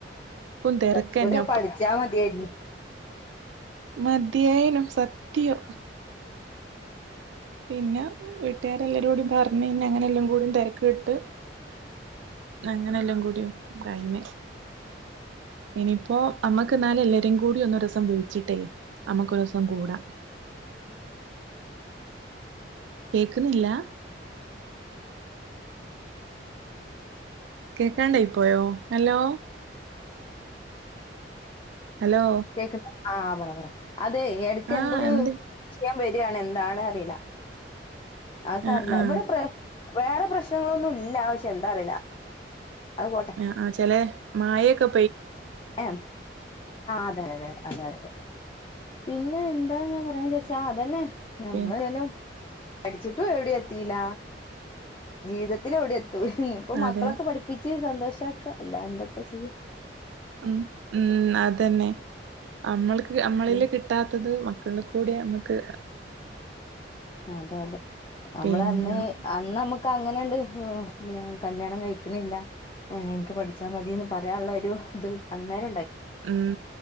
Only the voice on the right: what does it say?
തിരക്കന്നെ
മധയനോ സത്യോ പിന്നെ വീട്ടുകാരെല്ലരും കൂടി പറഞ്ഞഞ്െ അങ്ങനെ എല്ലാം കൂടും തിരക്ക് കിട്ട് അങ്ങനെല്ലാം കൂടിയോ കൈനേ ഇനിയിപ്പോ നമ്മക്ക് എന്നാലും എല്ലരും കൂടി ഒന്ന രസം വിഴ ചിട്ടേ നമുക്ക് ഒരു ദിവസം കൂടാം കേക്കുന്നില്ല കേക്കാണ്ടായി പോയോ ഹലോ ഹലോ
ആഹ്
ഉണ്ട്
ആഹ് ആഹ്
ആ ആ ചില മായയൊക്കെ
പി
അതെ
ഉം ഉം അതന്നെ നമ്മൾക്ക് നമ്മളില്
കിട്ടാത്തത് മക്കള കൂടെ നമ്മുക്ക്
പിന്നെ
ഉം